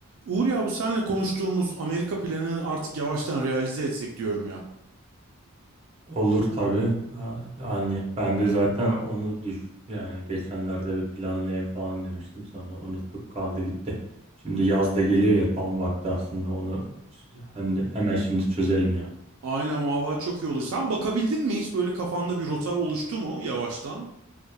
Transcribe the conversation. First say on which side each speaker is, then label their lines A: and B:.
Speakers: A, on the right (about 65°); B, on the right (about 25°).
A: Uğur ya bu senle konuştuğumuz Amerika planını artık yavaştan realize etsek diyorum ya.
B: Olur tabii. A- Yani ben de zaten onu düş yani geçenlerde bir planlayayım falan demiştim sonra unuttuk kaldı gitti. Şimdi yaz da geliyor ya tam vakti aslında onu ç- hem de hemen şimdi çözelim ya.
A: Aynen vallahi çok iyi olur. Sen bakabildin mi hiç böyle kafanda bir rota oluştu mu yavaştan?